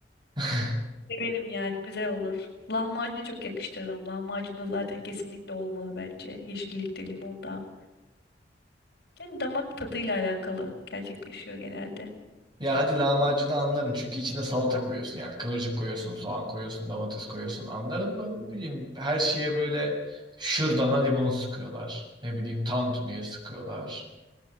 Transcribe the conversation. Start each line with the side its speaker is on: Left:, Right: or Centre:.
Right: <laughs>
Left: Severim yani güzel olur. Lahmacunu çok yakıştırırım. Lahmacun da zaten kesinlikle olmalı bence. Yeşillikte, limonda. Yani damak tadıyla alakalı gerçekleşiyor genelde.
Right: Ya hadi lahmacunu anlarım çünkü içine salata koyuyorsun yani kıvırcık koyuyorsun, soğan koyuyorsun, domates koyuyorsun anlarım da ne bileyim her şeye böyle şırdana limon sıkıyorlar. Ne bileyim tantuniye sıkıyorlar.